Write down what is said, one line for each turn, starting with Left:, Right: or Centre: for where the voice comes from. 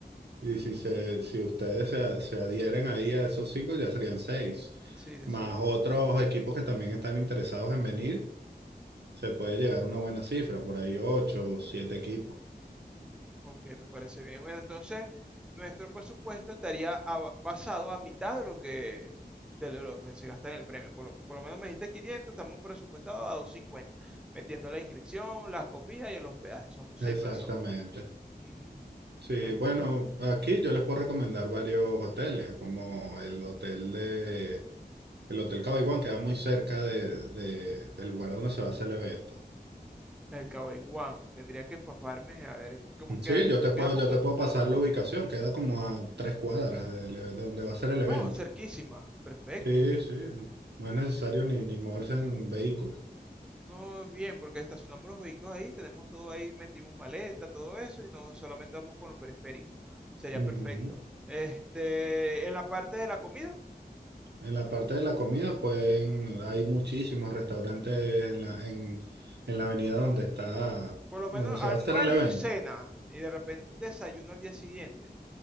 Right: y si, se, si ustedes se, se adhieren ahí a esos cinco, ya serían seis,
Centre: Sí, exacto.
Right: más otros equipos que también están interesados en venir, Se puede llegar a una buena cifra, por ahí ocho o siete equipos.
Centre: Ok, me parece bien. Bueno, entonces, nuestro presupuesto estaría a- basado a mitad de lo que, de lo que se gasta en el premio. Por lo, por lo menos me dijiste 500, estamos presupuestados a 250, metiendo la inscripción, la comida y el hospedaje. Somos seis
Right: Exactamente.
Centre: personas. Ujú.
Right: Sí,
Centre: En
Right: bueno, aquí yo les puedo recomendar varios hoteles, como el hotel de el Hotel Cabaiguán, que queda muy cerca de, de- del lugar donde se va a hacer el evento.
Centre: el Cabaiguán. Tendría que empaparme, a ver, eh, como queda
Right: Sí,
Centre: como,
Right: yo te puedo,
Centre: queda como,
Right: yo te puedo pasar la ubicación, queda como a tres cuadras de, de donde va a ser el evento.
Centre: oh, cerquísima. Perfecto.
Right: Sí, sí, no es necesario ni, ni moverse en vehículo.
Centre: No, bien, porque estacionamos los vehículos ahí, tenemos todo ahí, metimos maleta, todo eso, y no solamente vamos con lo periférico. Sería
Right: Ujú.
Centre: perfecto. Este, en la parte de la comida,
Right: En la parte de la comida, pueden, hay muchísimos restaurantes en la, en, en la avenida donde está,
Centre: por lo menos
Right: donde se
Centre: almuerzo
Right: va a hacer el evento.
Centre: y cena, y de repente un desayuno al día siguiente.